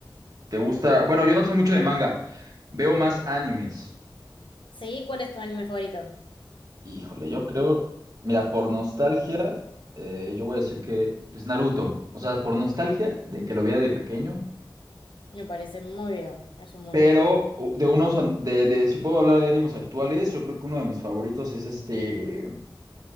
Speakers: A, on the right; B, on the left.
A: Te gusta. Bueno, yo no soy mucho de manga. Veo más animes.
B: Sí, ¿cuál es tu anime favorito?
A: Híjole, yo creo. Mira, por nostalgia, eh, yo voy a decir que, pues Naruto. O sea, por nostalgia de que lo veía de pequeño.
B: Me parece muy bien, es un muy
A: Pero
B: buen anime,
A: u- de unos, an- de, de, si puedo hablar de ánimos actuales, yo creo que uno de mis favoritos es este